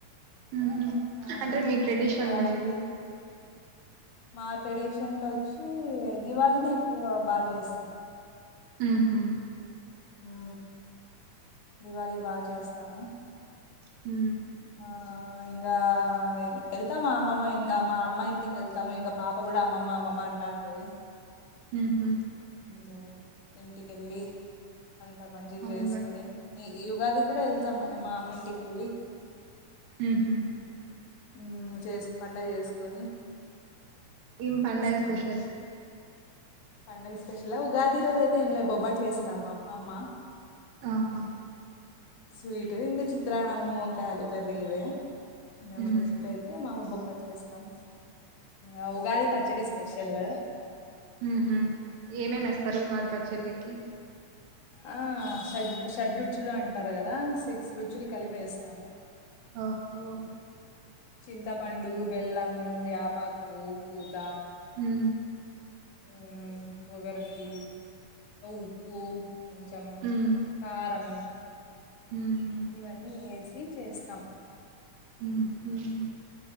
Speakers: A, on the right; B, on the left.
A: ఉహు
B: ఆ
A: అంటే మీ ట్రెడిషనల్
B: ఇంకా
A: లో ఏది
B: మా ట్రెడిషన్లో వచ్చి దివాళిని ఎక్కువ బాగా చేస్తాం
A: ఉహు
B: ఉ దివాళి బాగా చేస్తాము
A: హు
B: ఆ ఇంకా వెళ్తాము మా అమ్మమ్మ మా అమ్మ ఇంటికి వెళ్తాము ఇంకా పాప కూడా అమ్మమ్మ అమ్మమ్మ అంటా అది
A: ఉహు
B: ఉ ఇంటికెళ్ళి అంత మంచిగా
A: అవునులే
B: చేసుకొని ఈ ఈ ఉగాది కూడా వెళ్తాం మా అమ్మ ఇంటికి వెళ్ళి
A: ఉహు
B: ఊ చేసు పండగ చేసుకొని
A: ఏం పండగ
B: వస్తాము
A: స్పెషల్
B: పండగ స్పెషల్ ఉగాది రోజు అయితే ఏం లే బొబ్బట్లు వేస్తుంది అమ్మా
A: ఆహా
B: స్వీట్ ఇంక చిత్రాన్నాము వంకాయ ఆలు కర్రీ ఇవే ఇంగ
A: మ్మ్
B: స్పెషల్ అయితే మామిడి బొప్పట్లు వేస్తాం ఇంగ ఉగాది పచ్చడి స్పెషల్ తెల్లగా
A: ఉహు ఏమేమి వేస్తారు ఉగాది పచ్చడి లేకి
B: ఆ షడ్ షడ్రుచులు అంటారు కదా సిక్స్ రుచులు కలిపేస్తా
A: ఒహో
B: చింతపండు, బెల్లము, యాపాకు పూత
A: హు
B: ఉమ్ వగరుకి ఉప్పు కొంచెం
A: మ్మ్
B: కారం
A: మ్హు
B: ఇవన్నీ వేసి చేస్తాం
A: ఉహూ